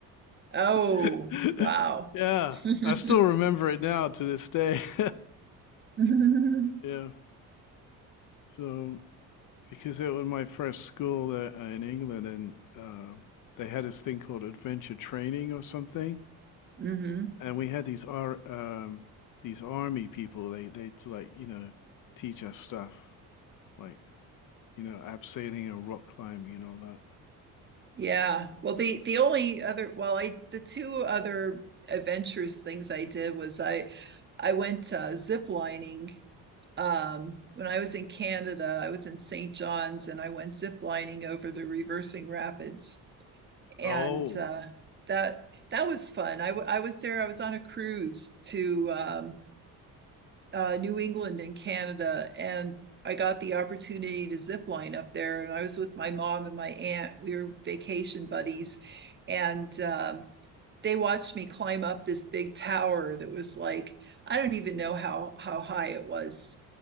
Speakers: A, on the right (about 30°); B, on the left (about 55°).
A: Oh,
B: <laughs>
A: wow.
B: Yeah,
A: <laughs>
B: I still remember it now to this day. <laughs>
A: <laughs> hmm
B: Yeah, so because it was my first school that, uh, in England, and um, they had this thing called adventure training or something,
A: hmm
B: and we had these ar um, these army people. They they'd like you know teach us stuff like you know abseiling and rock climbing and all that.
A: Yeah. Well, the the only other well, I the two other adventurous things I did was I I went uh, zip lining um when I was in Canada. I was in St. John's and I went zip lining over the reversing rapids and
B: Oh,
A: uh that that was fun. I w- I was there. I was on a cruise to um uh, New England and Canada, and I got the opportunity to zip line up there. And I was with my mom and my aunt. We were vacation buddies, and um, they watched me climb up this big tower that was like I don't even know how how high it was.